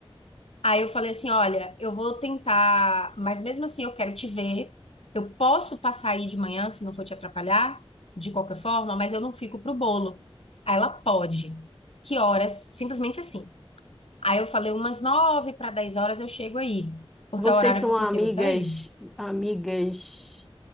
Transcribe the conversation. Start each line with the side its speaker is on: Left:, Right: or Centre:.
Left: Aí eu falei assim: olha, eu vou tentar, mas mesmo assim eu quero te ver. Eu posso passar aí de manhã, se não for te atrapalhar, de qualquer forma, mas eu não fico pro bolo. Aí ela pode. Que horas? Simplesmente assim. Aí eu falei: umas nove para dez horas eu chego aí, porque
Centre: Vocês
Left: é o horário
Centre: são
Left: que eu
Centre: amigas,
Left: consigo sair.
Centre: amigas